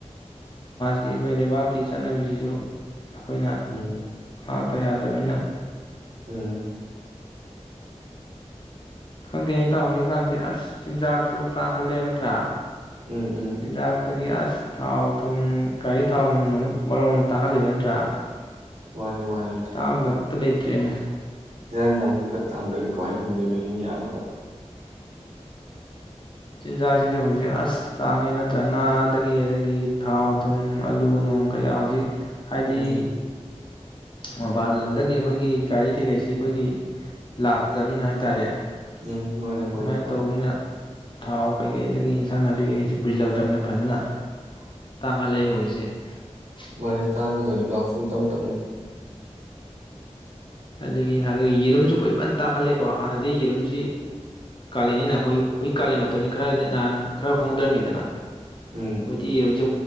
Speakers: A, on the left; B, on the right.
A: ꯗꯒꯤ ꯑꯩꯈꯣꯏ ꯂꯩꯕꯥꯛꯀꯤ ꯆꯠꯅꯕꯤꯁꯤꯁꯨ ꯑꯩꯈꯣꯏꯅ
B: ꯎꯝ
A: ꯉꯛ ꯇ ꯌꯥꯗꯕꯅꯤꯅ
B: ꯎꯝ
A: ꯈꯪꯗꯦ ꯏꯇꯥꯎ ꯍꯧꯖꯤꯛ ꯀꯥꯟꯁꯤ ꯑꯁ ꯆꯤꯟꯖꯥꯛꯁꯨ ꯇꯥꯡꯈꯠꯂꯦ ꯅꯠꯇ꯭ꯔꯥ
B: ꯎꯝ ꯎꯝ
A: ꯆꯤꯟꯖꯥꯒꯇꯒꯤ ꯑꯁ ꯊꯥꯎ ꯊꯨꯝ ꯒꯥꯔꯤ ꯊꯥꯎ ꯃꯃꯜ ꯑꯃ ꯃꯔꯣꯂ ꯑꯃ ꯇꯥꯡꯈꯠꯂꯤꯕ ꯅꯠꯇ꯭ꯔꯥ
B: ꯃꯥꯅꯦ ꯃꯥꯅꯦ
A: ꯇꯥꯡꯗꯕ ꯑꯝꯇ ꯂꯩꯇ꯭ꯔꯦꯅꯦ
B: ꯏꯔꯟ ꯇꯔꯗꯤ ꯈ ꯇꯥ ꯍꯣꯏ ꯂꯣꯏꯅ ꯍꯤꯡ ꯌꯥꯕ ꯍꯥꯏ
A: ꯆꯤꯟꯖꯥꯛꯁꯤꯁꯨꯦ ꯍꯧꯖꯤꯛ ꯑꯁ ꯇꯥꯡꯉꯦ ꯅꯠꯇ꯭ꯔꯒ ꯉꯥꯗꯒꯤ ꯑꯗꯒꯤ ꯊꯥꯎ ꯊꯨꯝ ꯑꯥꯂꯨ ꯅꯨꯡ ꯀꯩꯀ ꯍꯧꯖꯤꯛ ꯍꯥꯏꯕꯗꯤ
B: ꯎꯝ
A: ꯃꯄꯥꯟ ꯂꯝꯗꯒꯤ ꯑꯩꯈꯣꯏꯒꯤ ꯒꯥꯔꯤ ꯀꯩꯀꯩꯁꯤ ꯑꯩꯈꯣꯏꯒꯤ ꯂꯥꯛꯇ꯭ꯔꯕꯅꯤꯅ ꯍꯥꯏ ꯍꯥꯏꯇꯥꯔꯦ ꯑꯗꯨꯃꯥꯏꯅ
B: ꯎꯝ ꯃꯥꯅꯤ ꯃꯥꯅꯤ ꯏꯇꯥꯎ
A: ꯇꯧꯕꯅꯤꯅ ꯊꯥꯎ ꯀꯩꯀꯩꯗꯒꯤ ꯏꯟꯁꯥꯡ ꯅꯥꯄꯤ ꯀꯩꯀꯩꯁꯤ ꯄꯨꯁꯤꯜꯂꯛꯇꯕꯅꯤꯅ ꯐꯖꯅ ꯇꯥꯡꯈꯜꯂꯛꯑꯦꯕ ꯍꯧꯖꯤꯛꯁꯦ <unintelligible>
B: ꯃꯅꯦ ꯇꯥꯡꯈꯠꯂꯛ ꯇꯣꯏꯅꯤ ꯁꯨꯝ ꯇꯞ ꯇꯞꯅ
A: ꯑꯗꯨꯒꯤ ꯑꯥꯗꯨꯒꯤ ꯌꯦꯔꯨꯝꯁꯨ ꯍꯧꯖꯤꯛ ꯐꯟ ꯇꯥꯡꯈꯠꯂꯦꯀꯣ ꯍꯥꯟꯅꯗꯤ ꯌꯦꯔꯨꯝ ꯖꯤ ꯀꯥꯜꯂꯦꯟ ꯅꯤꯅ ꯍꯨꯏꯛ ꯀꯥꯜꯂꯦꯟ ꯃꯇꯝꯅꯤ ꯈꯔ ꯅꯍꯥꯟ ꯈꯔ ꯍꯣꯡꯗ꯭ꯔꯝꯃꯤꯗꯅ
B: ꯎꯝ
A: ꯍꯣꯏꯗꯤ ꯌꯦꯔꯨꯝꯁꯦ